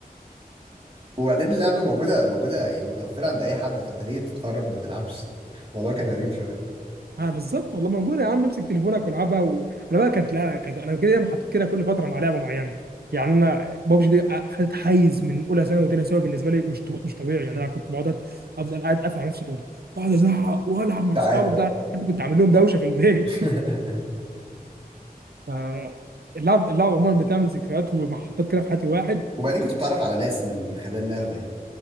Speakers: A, on the right; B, on the right.
A: وبعدين اللعبة موجودة موجودة يعني متوفرة عند أي حد فأنت ليه تتفرج وما تلعبش؟ الموضوع كان غريب شوية
B: اه بالظبط والله موجوده يا عم امسك تليفونك والعبها و... انا بقى كانت لا كانت انا كده دايما حاطط كده كل فتره مع لعبه معينه يعني انا بابجي دي خدت حيز من اولى ثانوي وثانيه ثانوي بالنسبه لي مش طو- مش طبيعي يعني انا كنت بقعد افضل قاعد قافل على نفسي الاوضه اقعد ازعق والعب مع
A: ساعات
B: اصحابي وبتاع
A: بقى
B: حتى كنت عامل لهم دوشه في البيت
A: <laughs>
B: <laughs> فاللعب اللعب عموما بتعمل ذكريات ومحطات كده في حياه الواحد
A: وبعدين كنت بتعرف على ناس من من خلال اللعبة يعني